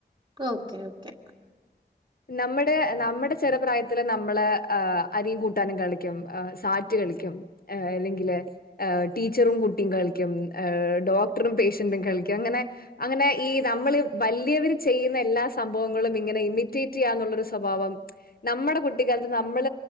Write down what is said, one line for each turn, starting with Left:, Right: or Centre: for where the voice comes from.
Right: കൊ ഓക്കെ ഓക്കെ
Left: നമ്മടെ നമ്മടെ ചെറു പ്രായത്തിൽ നമ്മൾ ഏ അരിയും കൂട്ടാനും കളിക്കും ഏ സാറ്റ് കളിക്കും ഏ ഇല്ലെങ്കിൽ ഏ ടീച്ചറും കുട്ടിയും കളിക്കും ഏ ഡോക്ടറും പേഷ്യന്റും കളിക്കും അങ്ങനെ അങ്ങനെ ഈ നമ്മൾ വല്ലിയവര് ചെയ്യുന്ന എല്ലാ സംഭവങ്ങളും ഇങ്ങനെ ഇമിറ്റേറ്റ് ചെയ്യാന്നുള്ളൊരു സ്വഭാവം നമ്മടെ കുട്ടിക്കാലത്ത് നമ്മൾ